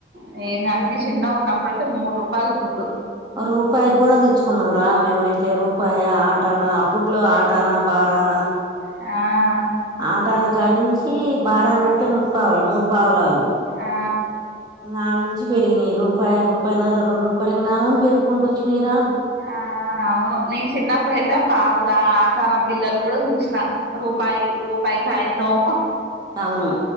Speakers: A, on the right; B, on the right.
A: నఏ నావి న చిన్నగా ఉన్నప్పుడు అయితే మూడు రూపాయల గుడ్డు
B: రూపాయి కూడా తెచ్చుకున్నాంరా మేమైతే రూపాయి ఆటనా అప్పట్లో ఆటనా బా పణ
A: ఆ
B: ఆటను కానుంచి బారనం ముప్పవలా మూడు పావలాలు
A: ఆ
B: ఇంగ అట్నీం పెరిగినయి రూపాయ రూపాయిన్నర రెండు రూపాయలు ఇంకామని పెరుపుకుంట వచ్చినయిరా
A: ఆహ్ అవును నేను చిన్నప్పుడైతే ఆ పావు. ఆహ్ తన పిల్లలు కూడా చూసిన రుం. పాయ్ రూపాయ్ కాగితం
B: అవును